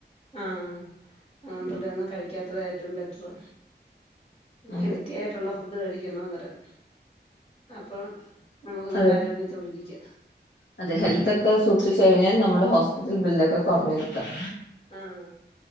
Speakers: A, on the left; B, on the left.
A: ആഹ് അങ്ങനത്തുള്ളതന്നും
B: ഉം
A: കഴിക്കാത്തതാ ഏറ്റവും ബെറ്ററ് ഹെൽത്തി
B: അതെ
A: ആയിട്ടുള്ള ഫുഡ് കഴിക്കണം അന്നരം അപ്പം നമുക്ക് നല്ല
B: അതെ
A: ആരോഗ്യത്തോടിരിക്ക
B: അതെ ഹെൽത്ത് ഒക്കെ സൂക്ഷിച്ച് കഴിഞ്ഞാൽ നമ്മുടെ ഹോസ്പിറ്റൽ ബില്ലൊക്കെ കൊറഞ്ഞു കിട്ടും
A: ആഹ്